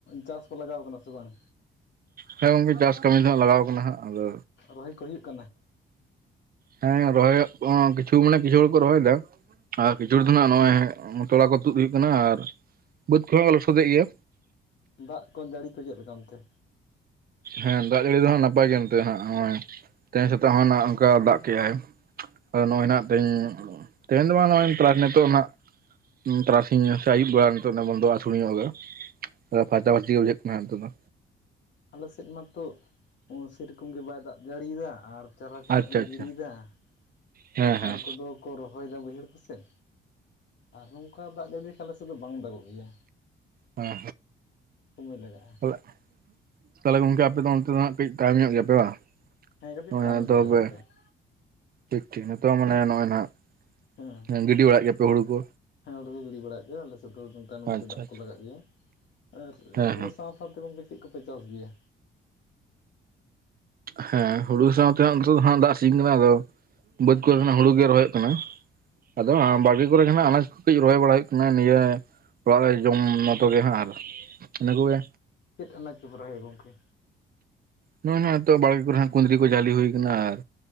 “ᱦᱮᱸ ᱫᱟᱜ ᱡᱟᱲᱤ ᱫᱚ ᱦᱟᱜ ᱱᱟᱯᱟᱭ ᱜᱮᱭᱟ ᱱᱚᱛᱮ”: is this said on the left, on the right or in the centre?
Right